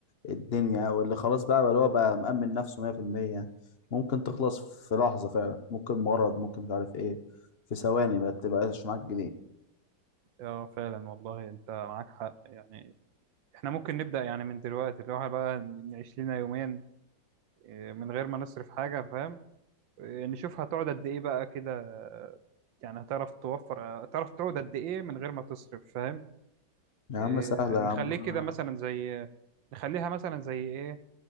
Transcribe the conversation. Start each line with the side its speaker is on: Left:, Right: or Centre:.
Left: الدنيا واللي خلاص بقى اللي هو بقى مأمن نفسه 100% ممكن تخلص في لحظة فعلا ممكن مرض ممكن مش عارف ايه في ثواني ما تبقاش معاك جنيه
Right: اه فعلا والله انت معاك حق يعني احنا ممكن نبدأ يعني من دلوقتي اللي هو بقى نعيش لنا يومين إيه، من غير ما نصرف حاجة فاهم إيه، نشوف هتقعد قد ايه بقى كده اه، يعني هتعرف توفر هتعرف تقعد قد ايه من غير ما تصرف فاهم
Left: يا عم
Right: إيه،
Left: سهلة
Right: نخليه
Left: يا عم انا
Right: كده مثلا زي نخليها مثلا زي ايه